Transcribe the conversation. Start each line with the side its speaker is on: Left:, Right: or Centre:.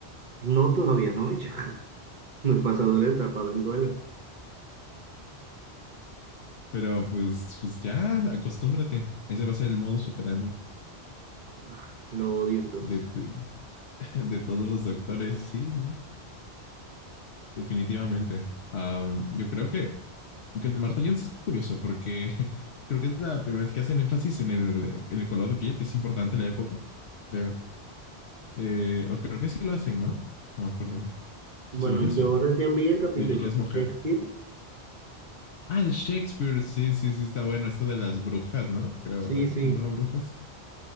Right: No, todavía no, <laughs> ya no he pasado la etapa del duelo.
Left: Pero pues, pues ya, acostúmbrate. Ese va a ser el modus operandi
Right: Ah, Lo odio entonces.
Left: de, de, <laughs> de todos los doctores. Sí, sí, definitivamente. Um, yo creo que que el de Marta Jones es curioso porque <laughs> creo que es la primera vez que hacen énfasis en el, en el color de piel, que es importante en la época, creo. Eh, o creo que sí lo hacen, ¿no? No me acuerdo bien.
Right: Bueno,
Left: Yo, según yo, sí.
Right: yo recién vi el capítulo
Left: Y de que es
Right: de
Left: mujer.
Right: Shakespeare.
Left: Ah, de Shakespeare. Sí, sí, sí, está bueno. Esto de las brujas, ¿no? Creo,
Right: Sí,
Left: ¿verdad?
Right: sí,
Left: ¿No las brujas?